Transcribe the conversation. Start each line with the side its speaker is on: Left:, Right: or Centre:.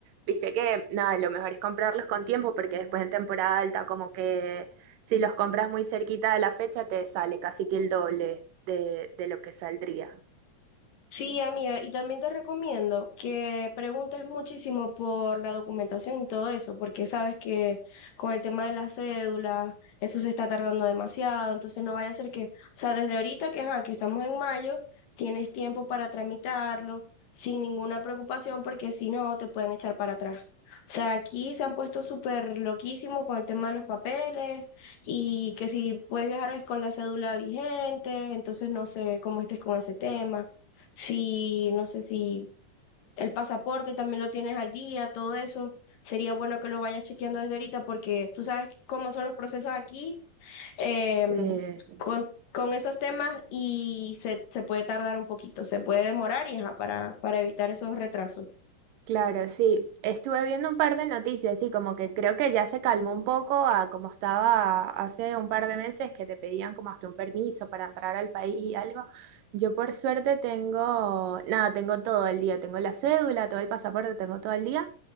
Right: viste que nada, lo mejor es comprarlos con tiempo, porque después en temporada alta, como que si los compras muy cerquita de la fecha, te sale casi que el doble de, de lo que saldría.
Left: Sí, amiga, y también te recomiendo que preguntes muchísimo por la documentación y todo eso, porque sabes que con el tema de las cédulas, eso se está tardando demasiado, entonces no vaya a ser que, o sea, desde ahorita que, ajá, que estamos en mayo, tienes tiempo para tramitarlo sin ninguna preocupación, porque si no, te pueden echar para atrás. O sea, aquí se han puesto súper loquísimos con el tema de los papeles y que si puedes viajar es con la cédula vigente, entonces no sé cómo estés con ese tema si, no sé si el pasaporte también lo tienes al día, todo eso. Sería bueno que lo vayas chequeando desde ahorita porque tú sabes cómo son los procesos aquí em,
Right: Eh,
Left: con, con esos temas y se, se puede tardar un poquito, se puede demorar y ajá, para, para evitar esos retrasos.
Right: Claro, sí. Estuve viendo un par de noticias, sí, como que creo que ya se calmó un poco a como estaba hace un par de meses que te pedían como hasta un permiso para entrar al país y algo. Yo por suerte tengo, nada, tengo todo el día, tengo la cédula, todo el pasaporte, tengo todo el día,